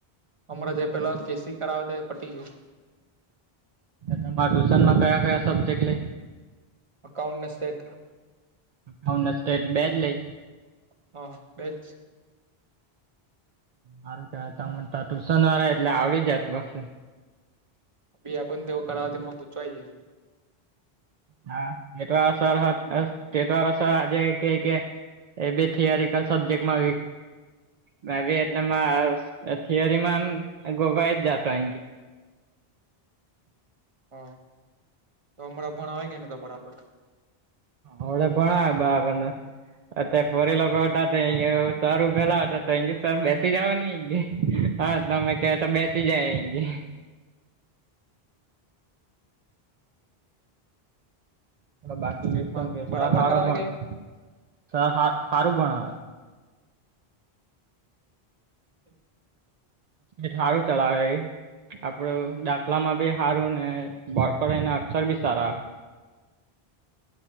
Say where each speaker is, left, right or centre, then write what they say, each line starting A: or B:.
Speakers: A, on the right; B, on the right.
A: હમણાં જે પેલા કેસી કરાવ તે પટી ગયું.
B: તમારે ટ્યુશન માં કયા કયા સબ્જેક્ટ લે.
A: અકાઉન્ટને સ્ટેટ
B: કાઉન્ટ ને સ્ટેટ બેજ લઈ
A: હા બેજ
B: હારું કેવાય ત તમન ટુશન વાળા એટલે આવડી જતું હશે.
A: બી આ બંધ એવ કરાવવાથીમાં પૂછવા જાય
B: હા નહીં તો આ સર હત ટેટ વાળા સર આજે કે કે એ બે થિયરિકલ સબ્જેક્ટ મા મે બી એટલે થિયરી માંમ ગોવાઈ જ જાતો અ
A: હ તો અમરાં ભણાવય કે નહી તો બરાબર
B: હડે ભણ બબર ને અત પોરી લોકો હતા અયા સર ઉભેલા હતા તો અ સર બેસી જવા ન અ હા તમે કવા તો બેસી જાય એ બાકી
A: સ્ટેટમાં
B: શું કે સર
A: બરાબર
B: સાર
A: કરાવે
B: પણ
A: કે
B: સર સારું પણ આવે
A: બ
B: એેઠારું ચલાવે આપડું દાખલા માં બી સારું ને ભરપ એના અક્ષર બી સારા